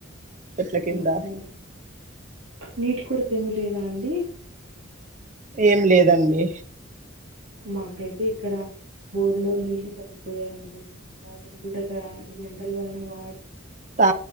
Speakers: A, on the right; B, on the right.
A: చెట్ల
B: హుహ్
A: కింద
B: నీటి కొరు తెమీలేదా అండి.
A: ఏం లేదండి.
B: మాకైతే ఇక్కడ బోర్లో నీళ్లు తగ్గిపోయాయండి. వాటర్ కూడా ఆ ఎండల వలన వా
A: తా